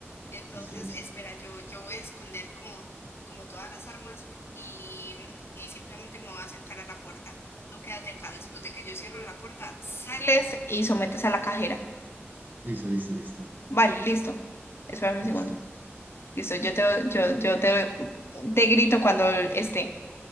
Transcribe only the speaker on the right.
Listo, listo.
Listo, listo, listo.
Listo.